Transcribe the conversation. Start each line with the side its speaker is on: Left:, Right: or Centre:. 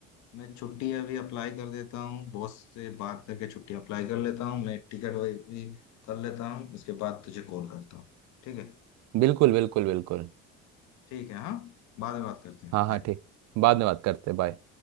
Left: मैं छुट्टी अभी अप्लाई कर देता हूँ बॉस से बात करके छुट्टी अप्लाई कर लेता हूँ मैं टिकट भी कर लेता हूँ उसके बाद तुझे कॉल करता हूँ ठीक है
Right: बिल्कुल बिल्कुल बिल्कुल
Left: ठीक है हाँ बाद में बात करते हैं
Right: हाँ हाँ
Left: बाय
Right: ठीक बाद में बात करते बाय